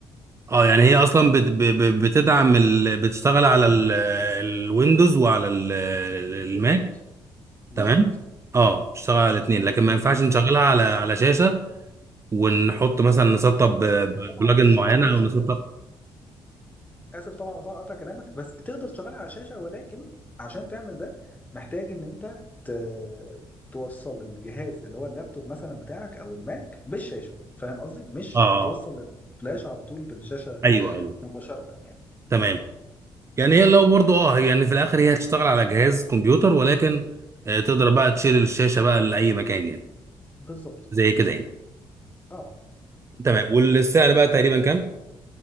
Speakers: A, on the right; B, on the left.
A: اه يعني هي اصلا بت ب- ب- بتدعم ال... بتشتغل على ال- الويندوز وعلى ال-
B: بالظبط
A: الماك
B: بالظبط
A: تمام اه بتشتغل على الاثنين لكن ما ينفعش نشغلها على على شاشه ونحط مثلا نسطب ب-
B: فتقدر طبعا
A: بلجن
B: تشغلها
A: معينه
B: على
A: او
B: شاشه
A: نسطب
B: اسف طبعا قطع كلامك بس تقدر تشغلها على شاشه ولكن عشان تعمل ده محتاج ان انت ت... توصل الجهاز اللي هو اللابتوب مثلا بتاعك او الماك بالشاشه فاهم قصدي مش
A: اه آه.
B: هتوصل الفلاش على طول بالشاشه
A: ايوه ايوه
B: مباشره يعني
A: تمام يعني هي لو برضو اه يعني في الاخر هي هتشتغل على جهاز كمبيوتر ولكن آه، تقدر بقى تشيل الشاشه بقى لاي مكان يعني
B: بالظبط
A: زي كده يعني
B: اه
A: تمام والسعر بقى تقريبا كام؟